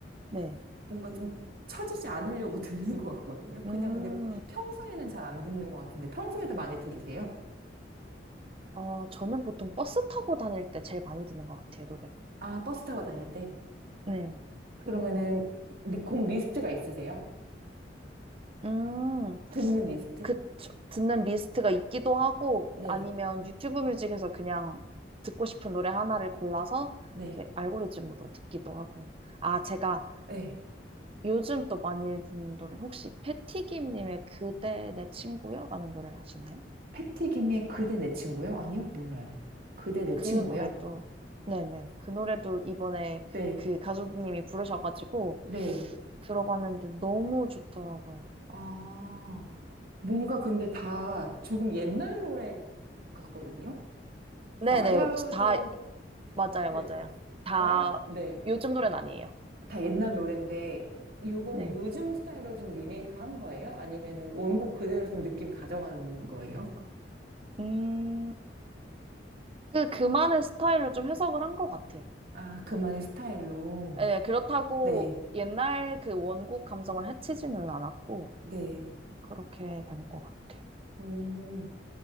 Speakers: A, on the right; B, on the right.
A: 네.
B: 뭔가 좀 처지지 않으려고 <laughs> 듣는 것 같거든요. 그냥
A: 음.
B: 근데 평소에는 잘 안 듣는 것 같은데 평소에도 많이 들으세요?
A: 어, 저는 보통 버스 타고 다닐 때 제일 많이 듣는 것 같아요, 노래를.
B: 아, 버스 타고 다닐 때?
A: 네. 그리고,
B: 그러면은 리- 곡
A: 네.
B: 리스트가 있으세요?
A: 음,
B: 듣는 리스트?
A: 그, 저- 듣는 리스트가 있기도 하고,
B: 네,
A: 아니면 유튜브 뮤직에서 그냥 듣고 싶은 노래 하나를 골라서
B: 네,
A: 이렇게 알고리즘으로 듣기도 하고. 아, 제가
B: 네.
A: 요즘 또 많이 듣는 노래는 혹시 패티김님의 그대 내 친구여? 라는 노래를 아시나요?
B: 패티김의 그대 내 친구요? 아니요, 몰라요. 그대 내
A: 그
B: 친구요?
A: 노래도 네네 그 노래도 이번에
B: 네,
A: 그 가수님이 부르셔가지고
B: 네.
A: 들어봤는데 너무 좋더라고요.
B: 아. 뭔가 근데 다 조금 옛날 노래 같거든요?
A: 네네
B: 마야도,
A: 다 맞아요
B: 네,
A: 맞아요 다
B: 마야? 네.
A: 요즘 노래는 아니에요.
B: 다 옛날 노래인데, 요거를
A: 네.
B: 요즘 스타일로 좀 리메이크 한 거예요? 아니면은 원곡 그대로 좀 느낌 가져가는 거예요?
A: 음, 그 그만의 스타일로 좀 해석을 한 것 같아요.
B: 아, 그만의 스타일로.
A: 네, 그렇다고
B: 네,
A: 옛날 그 원곡 감성을 해치지는 않았고
B: 네.
A: 그렇게 된 것 같아요.
B: 음,